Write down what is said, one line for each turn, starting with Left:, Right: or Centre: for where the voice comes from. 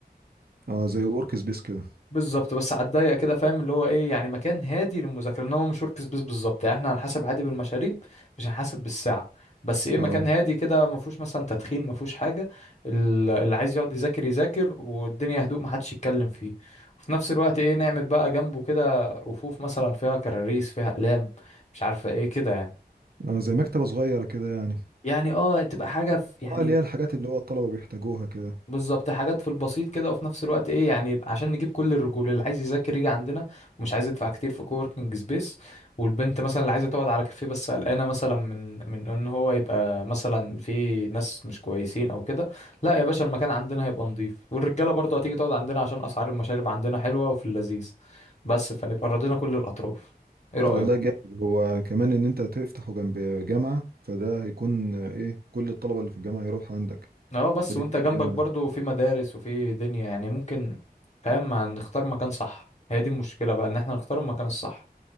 Right: اه زي ورك سبيس كده
Left: بالظبط بس على الضيق كده فاهم اللي هو ايه يعني مكان هادي للمذاكره انما مش ورك سبيس بالظبط يعني احنا هنحاسب عادي بالمشاريب مش هنحاسب بالساعه بس ايه مكان
Right: اه
Left: هادي كده ما فيهوش مثلا تدخين ما فيهوش حاجه ال- اللي عايز يقعد يذاكر يذاكر والدنيا هدوء ما حدش يتكلم فيه وفي نفس الوقت ايه نعمل بقى جنبه كده رفوف مثلا فيها كراريس فيها اقلام مش عارفه ايه كده يعني
Right: اه زي مكتبه صغيره كده يعني
Left: يعني اه تبقى حاجه في
Right: اه
Left: يعني
Right: اللي هي الحاجات اللي هو الطلبه بيحتاجوها كده
Left: بالظبط حاجات في البسيط كده وفي نفس الوقت ايه يعني عشان نجيب كل الرجوله اللي عايز يذاكر يجي عندنا ومش عايز يدفع كتير في كووركينج سبيس والبنت مثلا اللي عايزه تقعد على كافيه بس قلقانه مثلا من من ان هو يبقى مثلا في ناس مش كويسين او كده لا يا باشا المكان عندنا هيبقى نظيف والرجاله برضه هتيجي تقعد عندنا عشان اسعار المشارب عندنا حلوه وفي اللذيذ بس فنبقى راضينا كل الاطراف ايه رايك
Right: طب والله جامد هو كمان ان انت تفتحه جنب جامعة فده هيكون آه، ايه كل الطلبة اللي في الجامعة يروحوا عندك
Left: اه بس
Right: فدي
Left: وانت
Right: فكرة
Left: جنبك
Right: جامدة
Left: برضو في مدارس وفي دنيا يعني ممكن فاهم ما نختار مكان صح هي دي المشكلة بقى ان احنا نختار المكان الصح